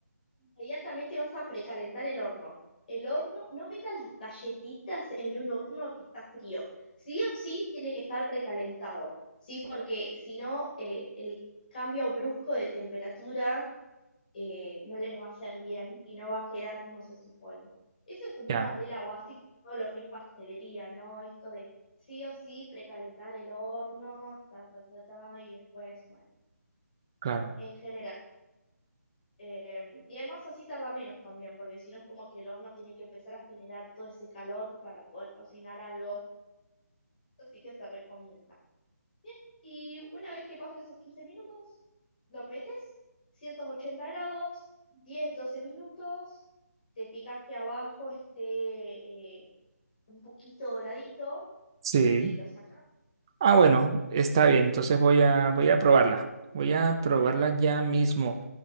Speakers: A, on the left (about 30°); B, on the right (about 15°).
A: inmediatamente vas a precalentar el horno. El horno, no metas las galletitas en un horno que está frío. Sí o sí tiene que estar precalentado. Sí, porque si no, eh, el cambio brusco de temperatura eh, no les va a hacer bien y no va a quedar como se supone. Eso es como
B: Ya,
A: una regla básica de todo lo que es pastelería, ¿no? Esto de sí o sí precalentar el horno, ta, ta, ta, ta, y después, bueno,
B: claro.
A: en general. Eh, y además así tarda menos también, porque si no es como que el horno tiene que empezar a generar todo ese calor para poder cocinar algo, así que se recomienda. Y una vez que pasen esos 15 minutos, lo metes 180 grados, diez doce minutos, te fijas que abajo esté eh, un poquito doradito
B: Sí.
A: y lo sacas.
B: Ah, bueno, está bien. Entonces voy a, voy a probarla. Voy a probarla ya mismo.